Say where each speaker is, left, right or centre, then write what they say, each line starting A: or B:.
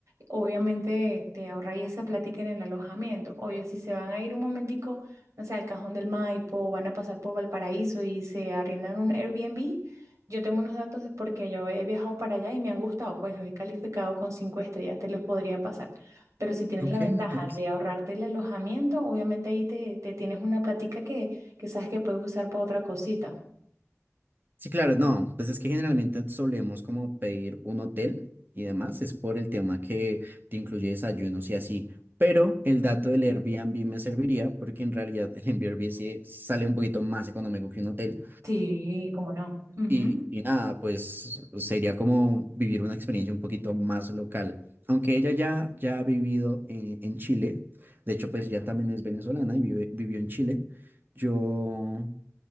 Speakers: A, on the right; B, on the right.
A: obviamente te ahorráis esa plática en el alojamiento. Obvio, si se van a ir un momentico, no sé, al Cajón del Maipo, van a pasar por Valparaíso y se arriendan un Airbnb, yo tengo unos datos porque yo he viajado para allá y me han gustado, pues los he calificado con cinco estrellas, te los podría pasar. Pero si tienes
B: ok,
A: la ventaja
B: me interesa.
A: de ahorrarte el alojamiento, obviamente ahí te, te tienes una platica que, que sabes que puedes usar para otra cosita.
B: Sí, claro, no, pues es que generalmente solemos como pedir un hotel y demás, es por el tema que te incluye desayunos y así. Pero el dato del Airbnb me serviría porque en realidad el Airbnb sí sale un poquito más económico que un hotel
A: Sí, cómo no. Ujú.
B: Y, y nada, pues sería como vivir una experiencia un poquito más local. Aunque ella ya, ya ha vivido en, en Chile, de hecho pues ya también es venezolana y vive- vivió en Chile, yo